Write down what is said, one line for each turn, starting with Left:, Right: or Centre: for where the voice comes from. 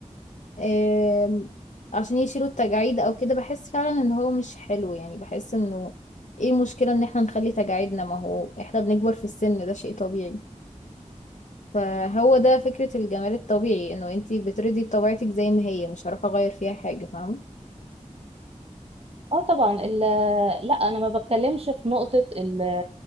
Left: آم، عشان يشيلوا التجاعيد او كده بحس فعلا ان هو مش حلو يعني بحس انه ايه المشكلة ان احنا نخلي تجاعيدنا ما هو احنا بنكبر في السن ده شيء طبيعي فهو ده فكرة الجمال الطبيعي انه انتي بترضي بطبيعتك زي ما هي مش هروح اغير فيها حاجة فاهمة
Right: اه طبعا ال- لا أنا ما بتكلمش في نقطة ال-